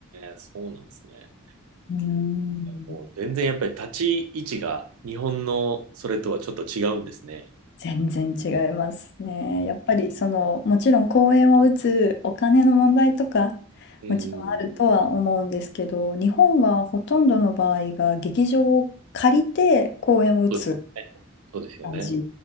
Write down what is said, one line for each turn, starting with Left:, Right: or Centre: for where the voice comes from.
Right: えそうなんですね。
Left: うーん、
Right: もう全然やっぱり立ち位置が日本のそれとはちょっと違うんですね。
Left: 全然違いますね。
Right: うん、
Left: やっぱりその、もちろん公演を打つお金の問題とか、
Right: うんうん
Left: もちろんあるとは思うんですけど、日本はほとんどの場合が劇場を借りて公演を打つ
Right: そうですね。そうですよね。
Left: 感じ